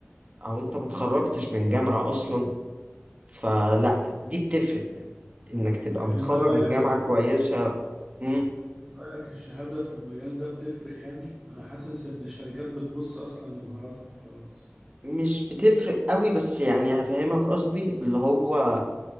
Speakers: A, on the right; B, on the right.
A: او انت ما اتخرجتش من جامعة اصلا فلا دي بتفرق انك تبقى
B: يعني
A: متخرج
B: انت رايك
A: من جامعة
B: ال...
A: كويسة مم.
B: رايك الشهاده في المجال ده بتفرق يعني انا حاسس ان الشركات بتبص اصلا لمهاراتك وخلاص
A: مش بتفرق قوي بس يعني هفهمك قصدي اللي هو